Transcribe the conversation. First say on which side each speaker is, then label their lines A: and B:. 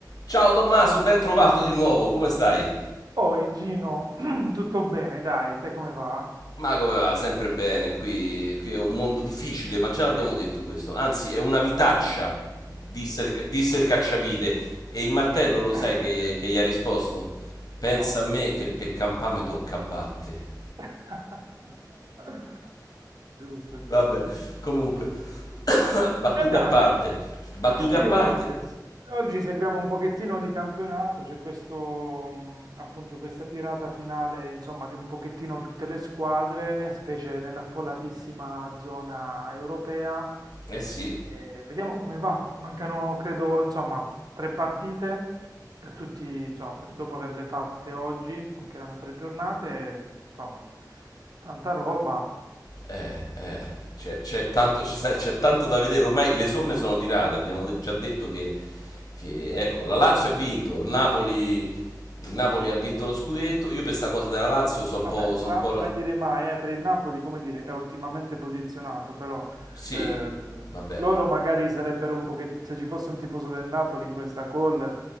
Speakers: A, on the left; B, on the right.
A: Ciao Tommaso, ben trovato di nuovo, come stai?
B: Oi Gino, <clears throat> tutto bene, dai, te come va?
A: Ma come va? Sempre bene, qui, qui è un mondo difficile, ma già l'abbiamo detto questo. Anzi, è una vitaccia,
B: Eh, vabbè.
A: disse il, ca- disse il cacciavite. E il martello lo sai
B: <laughs>
A: che, che gli ha risposto? Pensa
B: No.
A: a me che per campame tocca batte.
B: <laughs> Giusto, giusto.
A: <laughs> Vabbè, comunque, battute
B: E dai,
A: a parte, battute
B: che ti
A: a
B: devo
A: parte.
B: dire? S- Oggi seguiamo un pochettino di campionato, c'è questo, mh, appunto, questa tirata finale, insomma, di un pochettino tutte le squadre, specie nell'affollatissima zona europea.
A: Eh sì,
B: E vediamo come va. Mancano, credo, insomma, tre partite per tutti, insomma, per- dopo averle fatte oggi, mancheranno tre giornate, insomma, tanta roba.
A: Eh, eh, c'è, c'è tanto, ci sa- c'è tanto da vedere, ormai le somme sono tirate, abbiamo de- già detto che, che, ecco, la Lazio ha vinto, il Napoli, il Napoli ha vinto lo scudetto, io per sta cosa della Lazio sono un
B: Vabbè,
A: po'... Son
B: qua
A: un po' ra-
B: mai dire mai, eh, per il Napoli, come dire, è ottimamente posizionato, però
A: sì,
B: eh,
A: vabbè,
B: loro
A: ma...
B: magari sarebbero un po' che se ci fosse un tifoso del Napoli in questa call